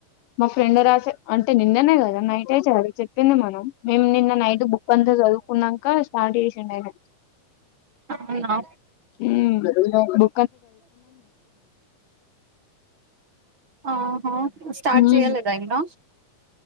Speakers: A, on the left (about 85°); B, on the right (about 40°).
A: మా ఫ్రెండ్ రాసి అంటే నిన్ననే కదా నైట్ అయి చాలు చెప్పింది మనం మేము నిన్న నైటు బుక్ అంతా చదువుకున్నాక స్టార్ట్ చేసిండు అయినా
B: అవునా
A: ఊ బాబు
B: ఆహా స్టార్ట్
A: ఉమ్
B: చేయలేదా ఇంకా